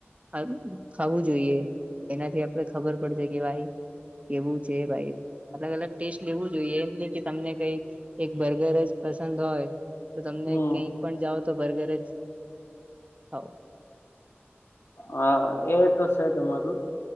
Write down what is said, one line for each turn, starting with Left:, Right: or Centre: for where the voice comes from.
Right: ખા ખાવું જોઈએ એનાથી આપડે ખબર પડશે કે ભાઈ. કેવું છે ભાઈ. અલગ અલગ ટેસ્ટ લેવું જોઈએ એમ નઇ કે તમને કઈક એક બર્ગર જ પસંદ હોય. તો તમને
Left: હમ
Right: કઈ પણ જાઓ તો બર્ગર જ ખાવ.
Left: હા એ તો છે તમારું